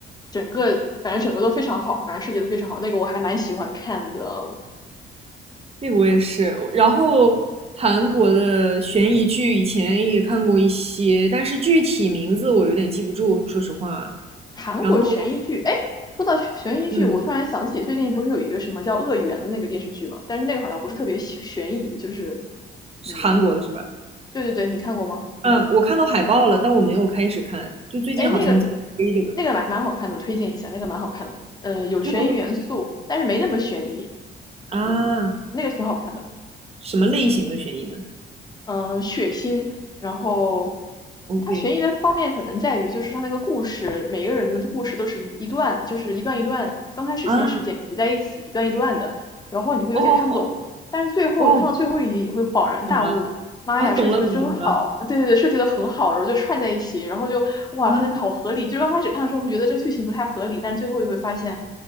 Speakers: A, on the left; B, on the right.
A: 整个反正整个都非常好，反正设计的非常好，那个我还蛮喜欢看的
B: 那个我也是。然后韩国的悬疑剧以前也看过一些，但是具体名字我有点记不住，说实话。
A: 韩国悬疑剧。
B: 然后
A: 哎，说到悬悬疑剧，
B: 嗯，
A: 我突然想起最近不是有一个什么叫《恶缘》的那个电视剧嘛，但是那个好像不是特别悬悬疑，就是
B: 是韩国的是吧？
A: 嗯，对对对，你看过吗？你可能。
B: 嗯，我看到海报了，但我没有开始看。就最近好像在推这个，
A: 哎，那个那个蛮蛮好看的，我推荐一下，那个蛮好看的，呃，有悬疑元素，
B: 就
A: 但是没那么悬疑，
B: 啊，
A: 嗯，那个挺好看的。
B: 什么类型的悬疑呢
A: 嗯、呃血腥，然后
B: ？OK
A: 它悬疑的方面可能在于就是它那个故事，每个人的故事都是一一段，就是一段一段，刚开始先是剪辑在一起，
B: 啊，
A: 一段一段的，然后你会有点看不懂，
B: 哦哦
A: 但是最后看到最后一集，
B: 哦，
A: 你会恍然大悟，
B: 懂了
A: 妈呀，
B: 啊，懂了懂了懂了
A: 设计的真好，对对对，设计的很好，然后就串在一起，然后就哇，
B: 啊，
A: 它真的好合理，就是刚开始看的时候会觉得这个剧情不太合理，但是最后就会发现